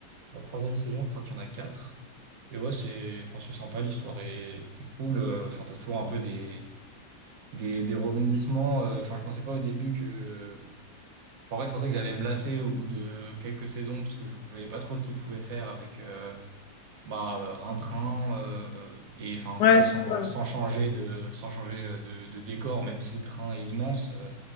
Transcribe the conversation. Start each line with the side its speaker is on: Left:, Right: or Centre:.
Right: la troisième saison, je crois qu'il y en a quatre. Et ouais, c'est enfin c'est sympa, l'histoire est, est cool. Euh, Enfin, t'as toujours un peu des des, des rebondissements. Euh, Enfin, je pensais pas au début que. enfin, En fait, je pensais que j'allais me lasser au bout de quelques saisons parce que je, je voyais pas trop ce qu'ils pouvaient faire avec. euh, bah euh, un train euh, et enfin
Left: Ouais,
Right: tu vois sans
Left: c'est ça.
Right: sans changer de sans changer euh, de, de décor même si le train est immense euh,